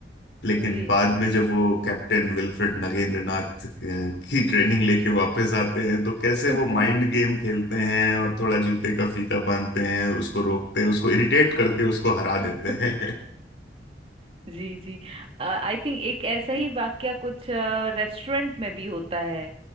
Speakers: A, on the left; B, on the right.
A: लेकिन
B: जी
A: बाद में जब वो कैप्टन विल्फ्रेड नगेंद्रनाथ अ, की ट्रेनिंग लेके वापस आते हैं तो कैसे
B: <laughs>
A: वो माइंड गेम खेलते हैं और थोड़ा जूते का फीता बांधते हैं उसको रोकते हैं उसको इरिटेट करके उसको हरा
B: <laughs>
A: देते हैं
B: जी जी आई थिंक एक ऐसा ही वाक्या कुछ रेस्टोरेंट में भी होता है